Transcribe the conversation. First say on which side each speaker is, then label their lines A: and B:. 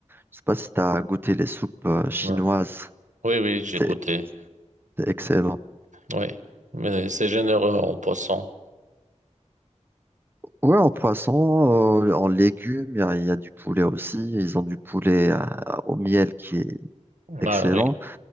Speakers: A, on the right; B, on the right.
A: Je sais pas si tu as goûté les soupes euh, chinoises.
B: ouais. oui, oui, j'ai
A: C'est
B: goûté.
A: c'est excellent.
B: Oui, mais c'est généreux en poisson.
A: Ouais, en poisson, euh, en légumes, il y a, il y a du poulet aussi. Ils ont du poulet euh, au miel qui est excellent.
B: Ah, oui.